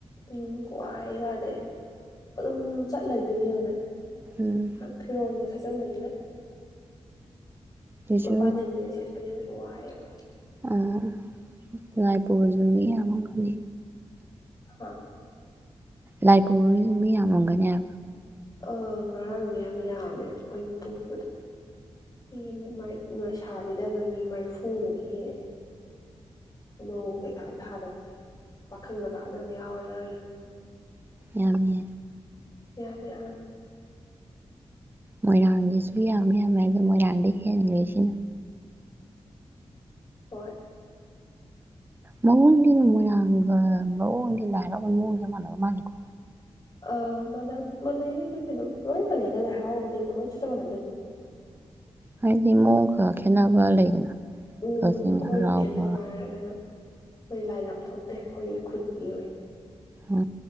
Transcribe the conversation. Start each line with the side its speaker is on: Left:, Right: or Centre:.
Left: ꯎꯝ ꯋꯥꯏ ꯀꯗꯦ ꯑꯗꯨꯝ ꯆꯠꯂꯗꯣꯏꯅꯤꯗꯅꯦ
Right: ꯎꯝ
Left: ꯐꯔ ꯁꯆꯟꯕꯅꯤꯗ
Right: ꯆꯦꯆꯦ
Left: ꯃꯄꯥꯟ ꯂꯩ ꯃꯤꯒꯁꯦꯠꯇꯅꯤꯗ ꯋꯥꯏꯑꯦꯕ
Right: ꯑꯝ ꯂꯥꯏ ꯄꯨꯔꯁꯨ ꯃꯤ ꯌꯥꯝꯃꯒꯅꯤ
Left: ꯍꯥ
Right: ꯂꯥꯏ ꯄꯨꯁꯨ ꯃꯤ ꯌꯥꯝꯃꯝꯒꯅꯦ ꯍꯥꯏꯕ
Left: ꯑꯥ ꯉꯔꯥꯡꯗꯤ ꯌꯥꯝ ꯌꯥꯝꯃꯦ ꯑꯩꯈꯣꯏꯅ ꯄꯨꯕꯗꯣ ꯃꯤ ꯂꯩꯁꯥꯕꯤꯗꯅ ꯃꯤ ꯃꯔꯥ ꯐꯨꯃꯨꯛ ꯍꯦꯜꯂꯦ ꯃꯧ ꯀꯩꯀꯥ ꯊꯥꯗꯕꯤꯗ ꯄꯥꯈꯪ ꯃꯆꯥꯁꯨ ꯑꯗꯨ ꯌꯥꯎꯋꯦ ꯈꯒꯤ
Right: ꯌꯝꯃꯦ
Left: <unintelligible>
Right: ꯃꯣꯏꯔꯥꯡꯒꯤꯁꯨ ꯌꯥꯝꯃꯦ ꯌꯥꯝꯃꯦ ꯑ ꯃꯣꯏꯔꯥꯡꯗ ꯍꯦꯟꯈꯦ ꯁꯤꯅ
Left: ꯍꯣꯏ
Right: ꯃꯑꯣꯡꯗꯤ ꯑꯗꯨ ꯃꯣꯏꯔꯥꯡꯒ ꯃꯑꯣꯡꯗꯤ ꯂꯥꯏ ꯍꯔꯥꯎꯒ ꯃꯑꯣꯡꯗ ꯃꯥꯟꯅꯕ ꯃꯥꯜꯂꯦꯀꯣ
Left: ꯑꯥ ꯃꯥꯅꯥ ꯃꯅꯩꯌꯦ ꯑꯗꯨꯗꯤ ꯑꯗꯨꯝ ꯂꯣꯏ ꯃꯅꯩꯗ ꯂꯥꯏ ꯍꯔꯥꯑꯣꯕꯥ ꯈꯨꯗꯤꯡ ꯃꯥꯀ ꯂꯣꯏꯅ ꯆꯞꯃꯥꯅꯗꯣꯏꯅꯤ
Right: ꯍꯥꯏꯗꯤ ꯃꯑꯣꯡ ꯈꯔ ꯈꯦꯠꯅꯕ ꯂꯩꯗꯅ
Left: ꯎꯝ
Right: ꯀꯛꯆꯤꯡ
Left: ꯑꯩꯈꯣꯏꯒꯤ
Right: ꯍꯔꯥꯎꯕ
Left: ꯈꯦꯠꯅꯕ ꯍꯥꯏꯔꯒꯅ ꯑꯩꯈꯣꯏ ꯂꯥꯏ ꯂꯥꯊꯣꯛꯄ ꯇꯦ ꯑꯩꯈꯣꯏꯒꯤ ꯈꯨꯟꯒꯤ ꯑꯣꯏꯅ
Right: ꯑ